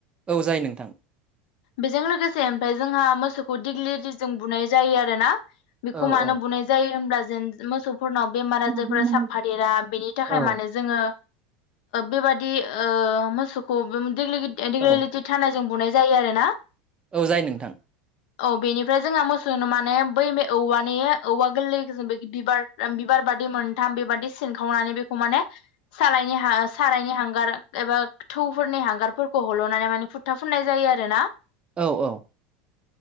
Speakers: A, on the right (about 20°); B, on the left (about 70°).
A: औ जायो नोंथां।
B: बेजों लोगोसे ओमफ्राय जोंहा मोसौखौ दिग्लिथिजोंं बुनाय जायो आरो ना। बेखौ
A: औ
B: मानो
A: औ
B: बुनाय जायो होनब्ला जेन मोसौ फोरनाव बेमार
A: औ
B: आजारफोरा
A: जायो नोंथां
B: साफादेरा बेनि थाखाय
A: औ
B: माने जोङो बेबादि ओ मोसौखौ बे देग्लिटि
A: औ
B: थानाय जों बुनाय जायो आरो ना।
A: औ जायो नोंथां।
B: औ बेनिफ्राय जोंहा मोसौ माने बै मे औवानिया गोरलैजों बे बिबार बिबार बादि मोनथाम बेबादि सिनखावनानै बेखौ माने सारायनि हां सारायनि हांगार एबा थौफोरनि हांगारफोरखौ हल'नानै माने फुथा फुननाय जायो आरो ना।
A: औ औ।